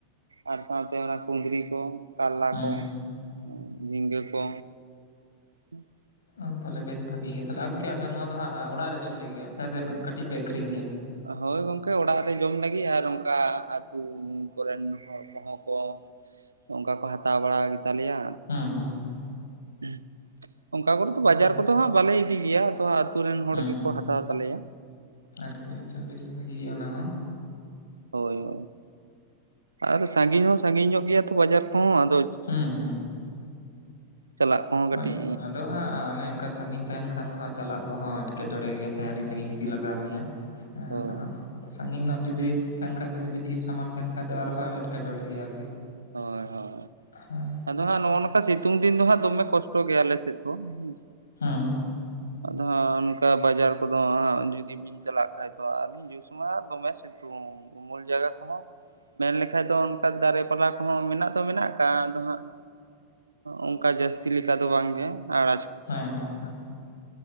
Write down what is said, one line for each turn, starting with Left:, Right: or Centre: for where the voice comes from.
Right: ᱟᱨ ᱥᱟᱶᱛᱮ, ᱚᱱᱟ ᱠᱩᱸᱫᱽᱨᱤ ᱠᱚ, ᱠᱟᱨᱞᱟ
Left: ᱦᱮᱸ
Right: ᱠᱚ ᱾ ᱡᱷᱤᱸᱜᱟᱹ ᱠᱚ᱾ ᱦᱮᱸ
Left: ᱚᱻ ᱛᱟᱦᱚᱞᱮ ᱵᱮᱥ ᱵᱷᱟᱜᱤ ᱜᱮᱭᱟ᱾ ᱛᱟᱦᱚᱞᱮ ᱜᱚᱝᱠᱮ, ᱟᱫᱚ ᱱᱚᱣᱟ ᱫᱚ ᱦᱟᱸᱜ᱾ ᱚᱲᱟ-ᱜ ᱨᱮ ᱡᱚᱢ ᱞᱟᱹᱜᱤᱫ ᱜᱮ᱾ ᱥᱮᱟᱭᱛᱮ ᱠᱟᱹᱴᱤᱡ ᱯᱮ ᱟᱹᱠᱷᱨᱤᱧ ᱜᱮᱭᱟ?
Right: ᱦᱳᱭ ᱜᱚᱝᱠᱮ ᱚᱲᱟᱜ ᱨᱮ ᱡᱚᱢ ᱞᱟᱹᱜᱤᱫ᱾ ᱟᱨ ᱚᱱᱠᱟ ᱟᱹᱛᱩ ᱠᱚᱨᱮᱱ ᱦᱚᱲ, ᱠᱚ-ᱦᱚᱸ ᱠᱚ ᱚᱱᱠᱟ ᱠᱚ ᱦᱟᱛᱟᱣ ᱵᱟᱲᱟ᱾ ᱜᱮ ᱛᱟᱞᱮᱭᱟ᱾
Left: ᱦᱩᱸ- ᱦᱩᱸ - ᱦᱩᱸ᱾
Right: ᱦᱩᱸ᱾ ᱚᱱᱠᱟ ᱠᱚᱨᱮ ᱫᱚ ᱵᱟᱡᱟᱨ
Left: ᱛᱟᱦᱚᱞᱮ
Right: ᱠᱚᱼᱫᱚ ᱦᱟᱸᱜ᱾ ᱵᱟᱞᱮ ᱤᱫᱤ ᱜᱮᱭᱟ᱾ ᱟᱫᱚ ᱟᱹᱛᱩ ᱨᱮᱱ ᱦᱚᱲ
Left: ᱦᱮᱸ
Right: ᱜᱮ-ᱠᱚ
Left: ᱦᱮᱸ
Right: ᱦᱟᱛᱟ-ᱣ ᱛᱟᱞᱮᱭᱟ᱾
Left: ᱟᱨᱠᱤ ᱟᱪᱪᱷᱟ᱾ ᱵᱮᱥ ᱵᱷᱽᱟᱹᱜᱤ ᱜᱮᱭᱟ᱾ ᱚᱱᱟ ᱦᱚᱸ᱾
Right: ᱦᱳᱭ - ᱦᱳᱭ᱾ ᱟᱨ ᱥᱟᱺᱜᱤᱧ ᱦᱚᱸ, ᱥᱟᱺᱜᱤᱧ ᱧᱚᱜ ᱜᱮᱭᱟ᱾ ᱛᱚ ᱵᱟᱡᱟᱨ ᱠᱚ-ᱦᱚᱸ ᱟᱫᱚ
Left: ᱦᱮᱸ ᱦᱮᱸ
Right: ᱪᱟᱞᱟᱜ ᱠᱚᱦᱚᱸ ᱠᱟᱹᱴᱤᱡ
Left: ᱦᱳᱭ᱾ ᱟᱫᱚ ᱦᱟᱸᱜ ᱚᱱᱮ ᱚᱱᱠᱟ ᱥᱟᱺᱜᱤᱧ ᱛᱟᱦᱮᱱ ᱠᱷᱟᱱ ᱫᱚ᱾ ᱦᱟᱸᱜ ᱪᱟᱞᱟ-ᱜ ᱠᱚ-ᱦᱚᱸ ᱮᱴᱠᱮᱴᱚᱬᱮᱸ ᱜᱮᱭᱟ᱾ ᱥᱮ ᱟᱹᱰᱤ ᱥᱟᱜᱤᱧ ᱤᱫᱤ ᱞᱟᱜᱟᱣ
Right: ᱦᱳᱭ
Left: ᱢᱮᱭᱟ
Right: ᱦᱳᱭ
Left: ᱟᱫᱚ ᱦᱟᱸᱜ ᱥᱟᱺᱜᱤᱧ ᱧᱚᱜ ᱡᱩᱫᱤ ᱛᱟᱦᱮᱱ ᱠᱷᱟᱡ ᱫᱚ ᱡᱩᱫᱤ ᱰᱷᱮᱨ ᱥᱟᱢᱟᱱ ᱛᱟᱦᱮᱱ ᱠᱷᱟᱡ ᱫᱚ ᱟᱨᱦᱚᱸ ᱮᱴᱠᱮᱴᱚᱲᱮ ᱜᱮᱭᱟ ᱟᱨᱠᱤ᱾
Right: ᱦᱳᱭ ᱦᱳᱭ
Left: ᱦᱮᱸ
Right: ᱟᱫᱚ ᱦᱟᱸᱜ ᱱᱚᱜᱼᱚ ᱱᱚᱝᱠᱟ ᱥᱤᱛᱩᱝ ᱫᱤᱱ ᱫᱚ ᱦᱟᱸᱜ ᱫᱚᱢᱮ ᱠᱚᱥᱴᱚ ᱜᱮᱭᱟ ᱟᱞᱮ ᱥᱮᱫ ᱫᱚ ᱦᱩ᱾
Left: ᱦᱩᱸ
Right: ᱟᱫᱚ ᱦᱟᱸᱜ ᱚᱱᱠᱟ ᱵᱟᱡᱟᱨ ᱠᱚᱫᱚ ᱦᱟᱜ ᱡᱩᱫᱤ ᱵᱤᱱ ᱪᱟᱞᱟᱜ ᱠᱷᱟᱡ ᱫᱚ ᱱᱮᱥᱢᱟ ᱫᱚᱢᱮ ᱥᱤᱛᱩᱝ ᱩᱢᱩᱞ ᱡᱟᱭᱜᱟ ᱠᱚᱦᱚᱸ ᱢᱮᱱ ᱞᱮᱠᱷᱟᱡ ᱫᱚ ᱚᱱᱠᱟ ᱫᱟᱨᱮ ᱯᱟᱞᱟ ᱦᱚ ᱢᱮᱱᱟᱜ ᱫᱚ ᱢᱮᱱᱟᱜ ᱠᱟᱜᱼᱟ ᱟᱫᱚ ᱦᱟᱸᱜ ᱚᱱᱠᱟ ᱡᱟᱹᱥᱛᱤ ᱞᱮᱠᱟ ᱫᱚ ᱵᱟᱝ ᱜᱮ ᱟᱲ
Left: ᱦᱮᱸ ᱦᱮᱸ ᱦᱮᱸ